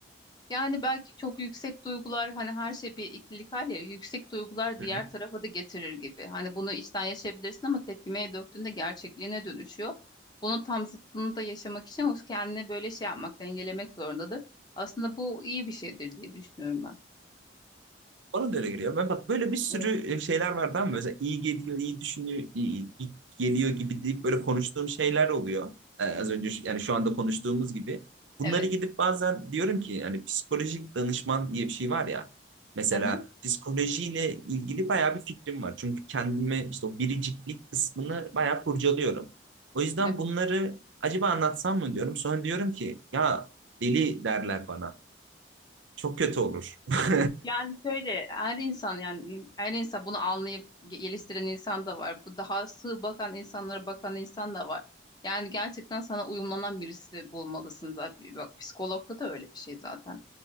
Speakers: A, on the left; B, on the right.
A: Yani belki çok yüksek duygular hani her şey bir ikilik hal ya yüksek duygular diğer
B: Hı hı.
A: tarafa da getirir gibi. Hani bunu içten yaşayabilirsin ama tepkimeye döktüğünde gerçekliğine dönüşüyor. Bunun tam zıttını da yaşamak için o kendine böyle şey yapmak, dengelemek zorundadır. Aslında bu iyi bir şeydir diye düşünüyorum ben.
B: Bana da öyle geliyor. Ben bak böyle bir sürü
A: Evet.
B: e, şeyler var tamam mı? Mesela iyi geliyor, iyi düşünüyor, iyi, iyi geliyor gibi deyip böyle konuştuğum şeyler oluyor. Ee, az önce şu- yani şu anda konuştuğumuz gibi. Bunları
A: Evet.
B: gidip bazen diyorum ki yani psikolojik danışman diye bir şey var ya. Mesela
A: Hı hı.
B: psikolojiyle ilgili bayağı bir fikrim var. Çünkü kendime işte o biriciklik kısmını bayağı kurcalıyorum. O yüzden
A: Evet.
B: bunları
A: <laughs>
B: acaba anlatsam mı diyorum. Sonra diyorum ki ya deli derler bana. Çok kötü olur. <laughs>
A: Yani şöyle her insan yani her insan bunu anlayıp geliştiren insan da var. Bu daha sığ bakan insanlara bakan insan da var. Yani gerçekten sana uyumlanan birisi bulmalısın zaten. Bak psikologda da öyle bir şey zaten.